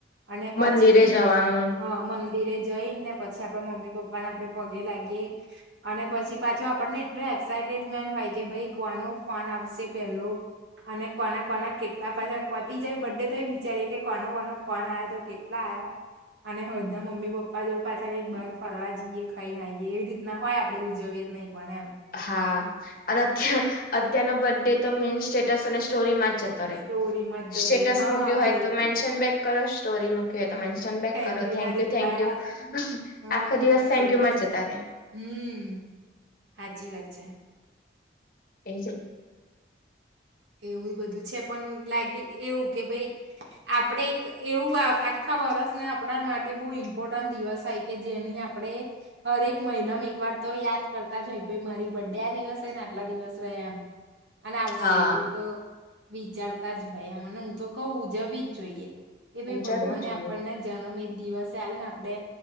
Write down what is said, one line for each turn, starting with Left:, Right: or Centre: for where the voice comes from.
Right: અને પછી,
Left: મંદિરે જવાનું
Right: હ મ ધીરે જઈને પછી આપડ મમ્મી પપ્પાને આપડે પગે લાગીએ. અને પછી પાછો આપણને એટલે એક્સાટ જ મે હોય કે ભાઈ કોનો ફોન આવશે પેલો, અને કોના કોના કે ના પાછા પતી જાય બ્ડે તોયે વિચારીએ કે કોનો કોનો ફોન આયો તો કેટ લા આયા અને હળદમા મમ્મી પપ્પા જોડ પાછા કંઈક બાર ફરવા જઈએ ખાઈ ને આયે એવી રીતના હોય આપણેે ઉજવીએ જ નહીં પણ એમ
Left: હા અને અત અત્યારનો બડે તો મેન સ્ટેટસ અને સ્ટોરી માં જ જતો રે
Right: સ્ટોરીમાં જ
Left: સ્ટેટ્સ
Right: જતો રહે હા
Left: મૂકયું હોય
Right: ભાઈ
Left: તો મેનશન બેક કરો સ્ટોરી મૂકી હોય
Right: હમ
Left: તો મેન્શન બેક
Right: થેન્ક
Left: કરો
Right: યુ
Left: થેન્કયુ
Right: ના રિપ્લાય
Left: થેન્ક યુ
Right: આલે હા
Left: આખો
Right: સાચી
Left: દિવસ થેન્કયુમા
Right: વાત
Left: જ જતા રે
Right: હમ હાચી વાત છે
Left: એ છે
Right: એવું બધું છે પણ લાગે એવું કે ભઈ આપડ એવું આખા વર્ષ આપ માટે બહ ઇમ્પોર્ટન્ટ દિવસ હોય કે જેની આપણે હરેક મહિનામાં એકવાર તો યા યાદ કરતા જહોય ભઈ મારી બર્ડે આ દિવસ છે ને આટલા દિવસ રહયા અને આવશે
Left: હા
Right: એવું તો વિચારતા જ હોયે એમને હું તો કઉ ઉજવી જ જોઈએ કે ભઈ
Left: ઉજાવી
Right: ભગવાને
Left: જ જોઈએ
Right: આપણને જન્મ એજ દિવસે આવેલે ને આપડે